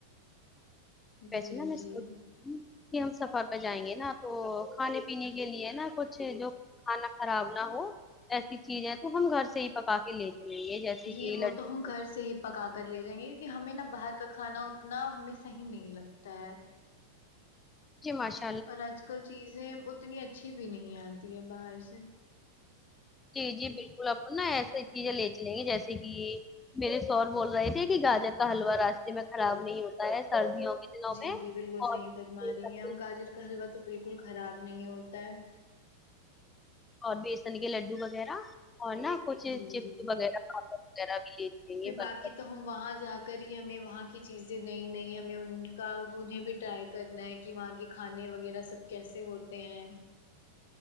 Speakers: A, on the left; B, on the left.
A: ویسے
B: جی
A: نا میں
B: جی
A: اس کہ ہم سفر پہ جائیں گے نا تو کھانے پینے کے لیے نا کچھ جو کھانا خراب نہ ہو ایسی چیز ہے تو ہم گھر سے ہی پکا کے لے چلیں گے جیسے
B: جی
A: کہ
B: وہ
A: لڈو
B: تو ہم گھر سے ہی پکا کر لے جائیں گے کیونکہ ہمیں نا باہر کا کھانا اتنا ہمیں صحیح نہیں لگتا ہے
A: جی ماش
B: اور آج کل چیزیں اتنی اچھی بھی نہیں آتی ہے باہر سے
A: جی جی بلکل اپن نا ایسے چیزیں لے چلیں گے جیسے کہ میرے سور بول رہے تھے کہ گاجر کا حلوا راستے میں خراب نہیں ہوتا ہے سردیوں کے دنوں
B: جی
A: میں
B: جی بالکل
A: اور
B: صحیح فرما رہی ہیں اپ گاجر کا حلوہ تو بالکل خراب نہیں ہوتا ہے
A: اور بیسن کے لڈڈو وغیرہ اور نا کچھ
B: جی
A: چپس
B: جی
A: وغیرہ پاپ <unintelligible> وغیرہ بھی چلیں گے
B: پھر باقی
A: بن
B: تو ہم وہاں جا کے کری ہمیں وہاں کی چیزیں نہیں نہیں ہمیں ان کا انہیں بھی ٹرائی کرنا ہے کہ وہاں کے کھانے وغیرہ سب کیسے ہوتے ہیں